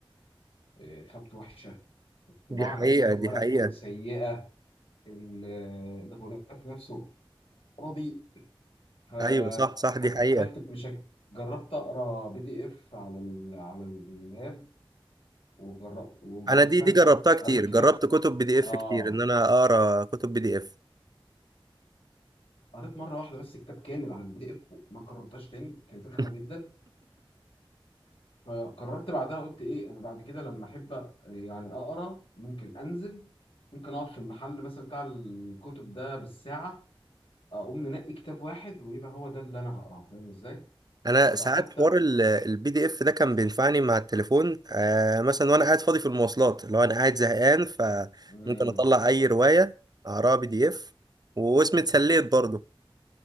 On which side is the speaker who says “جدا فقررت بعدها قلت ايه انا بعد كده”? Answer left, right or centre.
Left